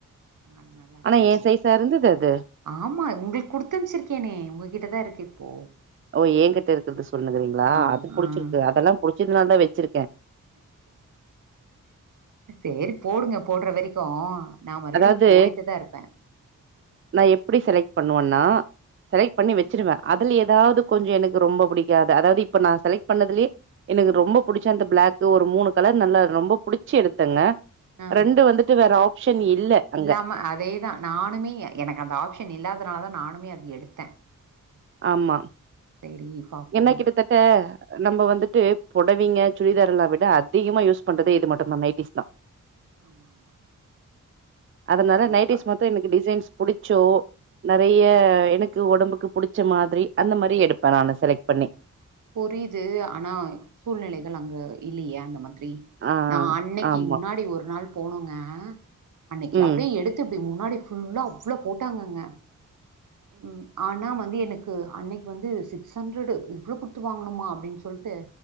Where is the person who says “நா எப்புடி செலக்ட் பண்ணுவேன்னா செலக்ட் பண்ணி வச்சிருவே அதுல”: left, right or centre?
Right